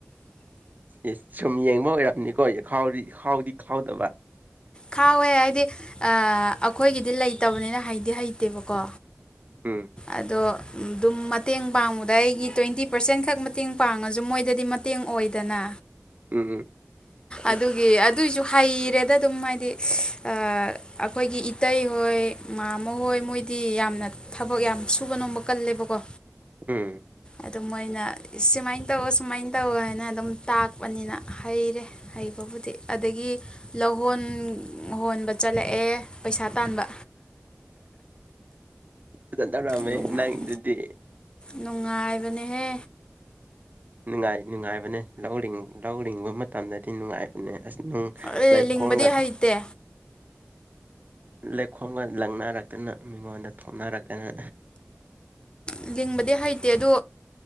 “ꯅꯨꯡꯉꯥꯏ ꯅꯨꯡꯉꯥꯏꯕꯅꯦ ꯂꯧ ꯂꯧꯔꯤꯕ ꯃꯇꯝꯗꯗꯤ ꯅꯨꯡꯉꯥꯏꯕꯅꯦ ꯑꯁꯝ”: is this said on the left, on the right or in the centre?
Right